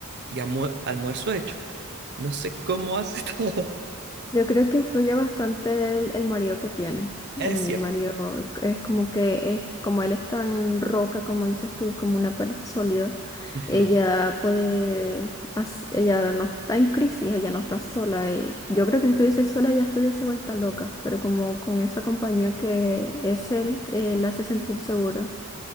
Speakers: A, on the right (about 50°); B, on the left (about 15°).
A: y amue- almuerzo hecho. No sé cómo hace <laughs> todo.
B: Yo creo que influye bastante el, el marido que tiene. El
A: Es cierto.
B: marido es como que es como él es tan roca, como dices tú, como una pared sólida.
A: Ujú,
B: Ella puede, hac- ella no está en crisis, ella no está sola. y yo creo que si estuviese sola ella estuviese vuelta loca, pero como con esa compañía que es él, eh, la hace sentir segura.